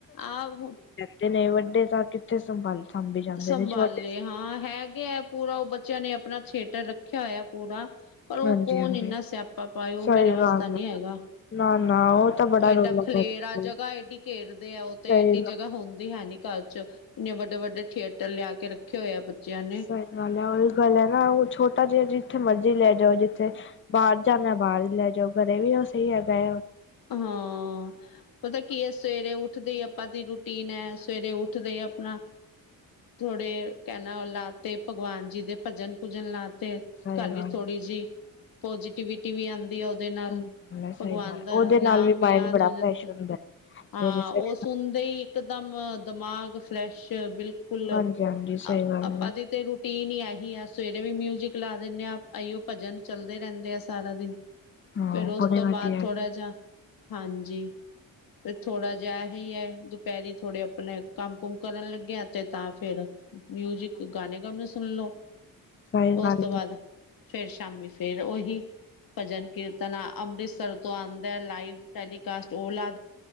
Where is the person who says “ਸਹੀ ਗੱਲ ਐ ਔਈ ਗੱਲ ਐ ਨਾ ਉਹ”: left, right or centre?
Left